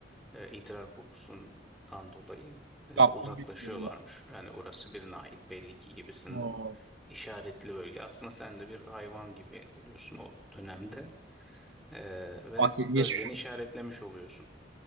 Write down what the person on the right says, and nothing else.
Ya
bunu bilmiyordum ben.
Oo,
bak ilginç.